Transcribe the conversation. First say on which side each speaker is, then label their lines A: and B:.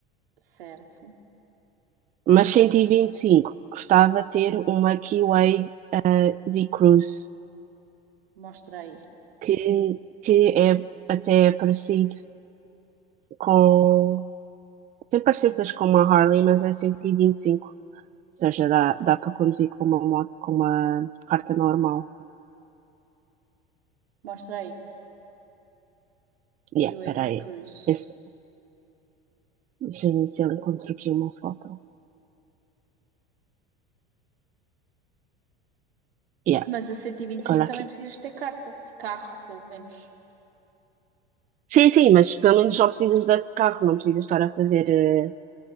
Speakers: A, on the right (about 80°); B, on the right (about 30°).
A: Certo.
B: Mas 125, gostava de ter uma Kiwi V Cruise,
A: Mostra aí.
B: que, que é até parecido com. Tem parecências com uma Harley, mas é cento e e vinte e cinco. ou seja, dá, dá para conduzir com uma moto, com uma carta normal.
A: Mostra aí.
B: Yeah,
A: QAV
B: espera aí.
A: Cruise.
B: Esse- Deixa eu ver se ele encontro aqui uma foto. Yeah,
A: Mas a 125
B: olha aqui.
A: também precisas ter carta de carro, pelo menos.
B: Sim, sim, mas pelo menos só precisas de carro, não precisas estar a fazer eh,